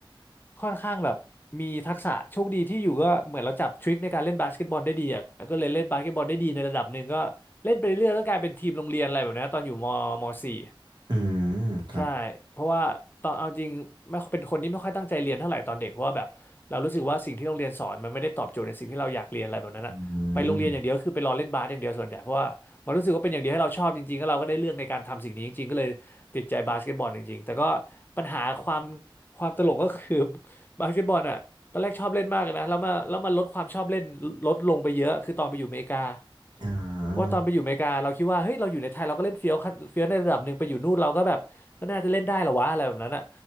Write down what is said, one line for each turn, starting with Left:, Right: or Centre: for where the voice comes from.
Left: ค่อนข้างแบบมีทักษะโชคดีที่อยู่ก็เหมือนเราจับทริคในการเล่นบาสเกตบอลได้ดีอะก็เลยเล่นบาสเกตบอลได้ดีในระดับหนึ่งก็เล่นไปเรื่อยๆก็กลายเป็นทีมโรงเรียนอะไรแบบนี้ตอนอยู่มม .4
Right: อืมครับ
Left: ใช่เพราะว่าตอนเอาจริงไม่ค่อยเป็นคนที่ไม่ค่อยตั้งใจเรียนเท่าไหร่ตอนเด็กเพราะว่าแบบเรารู้สึกว่าสิ่งที่โรงเรียนสอนมันไม่ได้ตอบโจทย์ในสิ่งที่เราอยากเรียนอะไรแบบนั้นอะไปโรงเรียนอย่างเดียวคือไปรอเล่นบาสอย่างเดียวส่วนใหญ่เพราะว่ามันรู้สึกว่าเป็นอย่างเดียวให้เราชอบจริงๆแล้วเราก็ได้เลือกในการทำสิ่งนี้จริงๆก็เลยติดใจบาสเกตบอลจริงๆแต่ก็
Right: อืม
Left: ปัญหาความความตลกก็คือบาสเกตบอลอะตอนแรกชอบเล่นมากเลยนะแล้วมาแล้วมาลดความชอบเล่นลดลงไปเยอะคือตอนไปอยู่อเมริกา
Right: อ่า
Left: ว่าตอนไปอยู่อเมริกาเราคิดว่าเฮ้ยเราอยู่ในไทยเราก็เล่นเฟี้ยวขั้นเฟี้ยวในระดับหนึ่งไปอยู่นู่นเราก็แบบ ก็น่าจะเล่นได้เหรอวะอะไรแบบนั้นอ่ะ